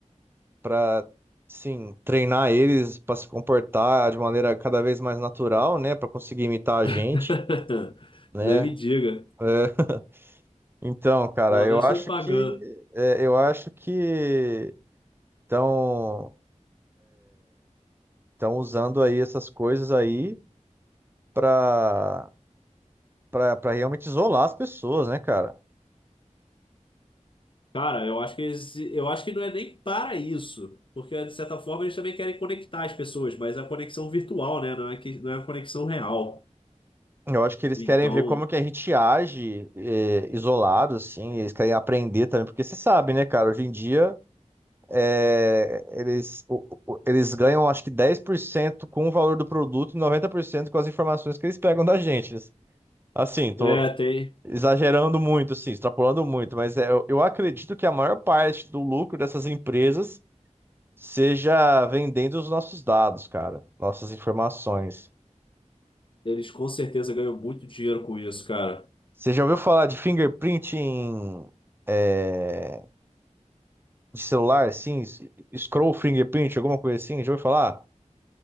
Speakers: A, on the right; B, on the left.
A: para sim, treinar eles para se comportar de maneira cada vez mais natural, né, para conseguir imitar a gente,
B: <laughs>
A: né?
B: Nem me
A: É,
B: diga.
A: <laughs> então, cara,
B: Pelo
A: eu
B: menos
A: acho
B: estão me pagando.
A: que é, eu acho que estão estão usando aí essas coisas aí para para para realmente isolar as pessoas, né, cara?
B: Cara, eu acho que eles, eu acho que não é nem para isso, porque de certa forma eles também querem conectar as pessoas, mas é a conexão virtual, né? Não é que não é a conexão real.
A: Eu acho que eles
B: Então,
A: querem ver como que a gente age é, isolado, assim. Eles querem aprender também, porque você sabe, né, cara? Hoje em dia é, eles, o- o- eles ganham acho que 10% com o valor do produto e 90% com as informações que eles pegam da gente. Assim, tô
B: é, tem,
A: exagerando muito, assim, extrapolando muito, mas é, eu, eu acredito que a maior parte do lucro dessas empresas seja vendendo os nossos dados, cara, nossas informações.
B: eles com certeza ganham muito dinheiro com isso, cara.
A: Você já ouviu falar de fingerprint em, é, de celular, sim? Scroll fingerprint, alguma coisa assim? Já ouviu falar?